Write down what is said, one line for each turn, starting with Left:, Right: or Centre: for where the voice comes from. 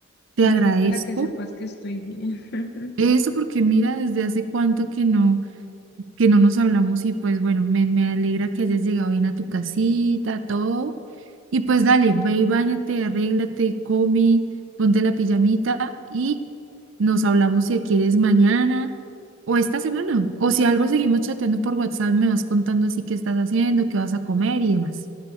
Right: Te
Left: Claro,
Right: agradezco
Left: y para que sepas que estoy bien. <laughs>
Right: eso porque mira, desde hace cuánto que no, que no nos hablamos y pues bueno, me, me alegra que hayas llegado bien a tu casita, todo. Y pues dale, ve y báñate, arréglate, come, ponte la pijamita y nos hablamos si quieres mañana o esta semana. O si algo seguimos chateando por WhatsApp, me vas contando así qué estás haciendo, qué vas a comer y demás.